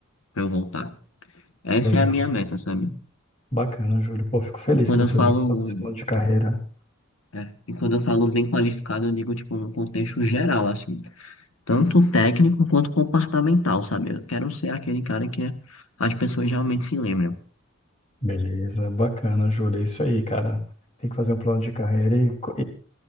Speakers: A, on the left; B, on the left.
A: pra eu voltar. Essa
B: Legal.
A: é a minha meta, sabe?
B: Bacana, Júlio. Pô, fico feliz
A: E quando
B: que você
A: eu falo,
B: tenha todo esse plano de carreira
A: é, e quando eu falo bem qualificado, eu digo, tipo, num contexto geral, assim, tanto técnico quanto comportamental, sabe? Eu quero ser aquele cara que as pessoas realmente se lembram.
B: Beleza, bacana, Júlia. É isso aí, cara. Tem que fazer um plano de carreira e, co-